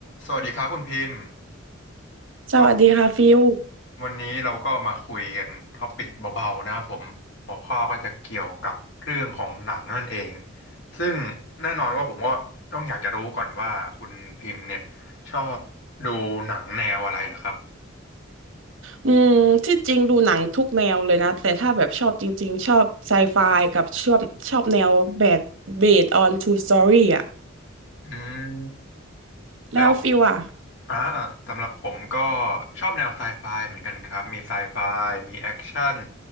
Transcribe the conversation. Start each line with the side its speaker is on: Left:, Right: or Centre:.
Left: สวัสดีครับคุณพิมพ์ก็
Right: สวัสดีค่ะฟิล
Left: วันนี้เราก็มาคุยกันท็อปิกเบาๆนะครับผมหัวข้อก็จะเกี่ยวกับเรื่องของหนังนั่นเองซึ่งแน่นอนว่าผมก็ต้องอยากจะรู้ก่อนว่าคุณพิมพ์เนี่ยชอบดูหนังแนวอะไรเหรอครับ
Right: อืมที่จริงดูหนังทุกแนวเลยนะ แต่ถ้าแบบชอบจริงๆชอบไซไฟกับชอบชอบแนวแบดเบสออนทรูสตอรี่อะ
Left: อืม
Right: แล้วฟิลอะ
Left: แล้ว อ่าสำหรับผมก็ชอบแนวไซไฟเหมือนกันครับมีไซไฟมีแอคชั่น